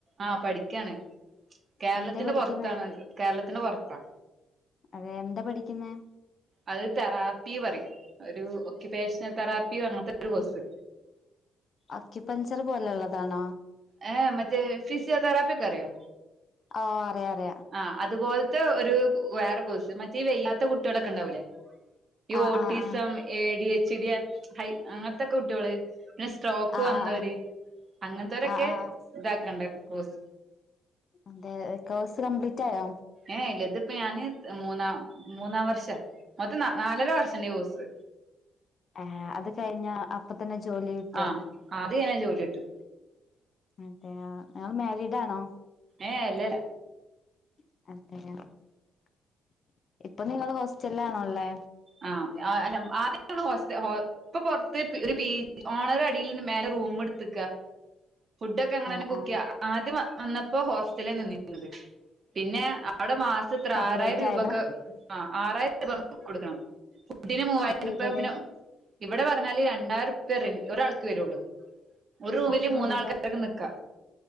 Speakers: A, on the right (about 45°); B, on the left (about 45°).
A: ആഹ് പഠിക്കയാണ് കേരളത്തിന്റെ
B: എന്തേ പഠിക്കുന്നേ
A: പുറത്താണ് കേരളത്തിന്റെ പുറത്താ
B: അതെ എന്താ പഠിക്കുനെ?
A: അത് തെറാപ്പി പറയും ഒരു ഒക്കയുപേഷണൽ തെറാപ്പിയും അങ്ങനത്തെ ഒരു കോഴ്സ്.
B: അക്കിപ്പഞ്ചർ പോലെ ഉ ള്ളതാണോ?
A: ഹ് മറ്റേ ഫിസി യേ തറപ്പാറി ഒകൊറിയോ
B: ഓ അറിയ അറിയാം
A: ആ അതുപോലത്തെ ഒരു വേറെ കോസ് മറ്റേ വെയ്യാത്ത കുട്ടികളൊക്കെ ഉണ്ടാവൂലേ ഈ
B: ആ
A: ഓട്ടീസം
B: ആ ആ
A: എ ഡി എച്ച്യ ഹൈ അങ്ങനത്തെക്കെ കുട്ടികള് പിന്നെ സ്ട്രോക്ക്
B: ആ
A: വന്നവര്
B: ആ
A: അങ്ങനത്തവരൊക്കെ
B: ആ ആ ആ
A: ഇതാക്കണ്ട കെസ്
B: അതെ കോഴ്സ് കംപ്ലീറ്റ് ആയോ?
A: ഏ ഇല്ല ഇതിപ്പ ഞാന് മൂന്നാം മൂന്നാം വർഷം മൊത്തം ന നാലര വർഷംന്റെഈ കോഴസ്.
B: ആഹ ഹെ അത് കഴിഞ്ഞ അപ്പൊ തന്നെ ജോലി കിട്ടോ?
A: ആ അത് കഴിഞ്ഞാൽ ജോലികിടും.
B: അതെ ഇയാൾ മരീഡ് ആണോ?
A: ഏ അല്ലല്ല
B: <inaudible> ഇപ്പൊനിങ്ങള് ഹോസ്റ്റലാണല്ലേള്.
A: ആ അല്ല ആദ്യകെളെ ഹോസ്റ്റ ഹോ ഇപ്പൊ പൊറ്ത്ത് ഒര് പീടി ഓണറ് അടില് മേലെ റൂം ഇട്ത്ക്കാ. ഫുഡോക്കെ ങ്ങളന്നെ
B: ആ
A: കുക്ക്യ
B: ആ
A: ആദ്യം വന്നപ്പോ ഹോസ്റ്റലെ നിന്നിന്നത് പിന്നെ ആ അവ്ടെ വർഡ് ത്രെ
B: സെപ്പറേറ്റ്
A: ആറായിരം രൂപക്
B: ആയതാ
A: ആ ആറായിരൂപ കൊട്ക്കണം ഫുഡിന് മൂവായിരൂപ്പെ
B: അപ്പൊ ഇവിടെ
A: പിന്നെ ഇവിടെ പറഞ്ഞാല് രണ്ടായിരംറുപൃ ഒരാൾക്ക് വെരൊള്ളൂ. ഒരു റൂമില്
B: അത്ര
A: മൂന്നാൾക്കാക്കെ
B: പേരുള്ളൂ
A: ന്ക്കാ.